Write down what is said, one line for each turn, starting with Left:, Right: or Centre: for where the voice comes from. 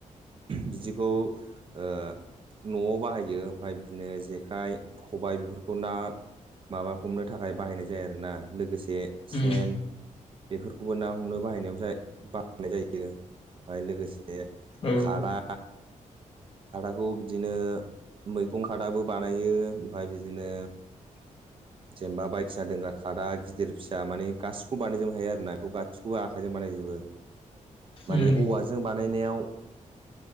Right: बिदिखौ ओ न'आव बाहायो ।ओमफ्राय बिदिनो जेखाइ, खबाय बेफोरखौ ना माबा हमनो थाखाय बाहायनाय जायो आरोना। लोगोसे सेन
Left: उम
Right: बेफोरखौबो ना हमनो बाहायनायाव जा बाहायनाय जायो ।ओमफ्राय लोगोसे
Left: औ
Right: <unintelligible> खादा, खादाखौ बिदिनो मैगं खादाबो बानायो। ओमफ्राय बिदिनो
Left: <inaudible>
Right: जेनेबा बायदिसिना दोंग्रा खादा गिदिर फिसा माने गासिखौ बानायजोबनो हायो आरो ना ।बेखौ गासिखौबो आखाइजों बानायजोबो। <unintelligible> माने
Left: उम
Right: औवाजों बानायनायाव